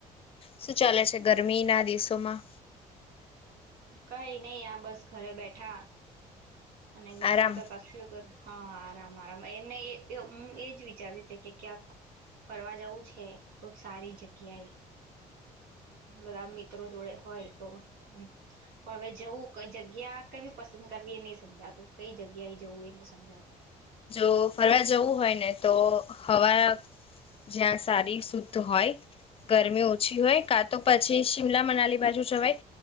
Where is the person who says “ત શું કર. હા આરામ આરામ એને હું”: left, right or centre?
Right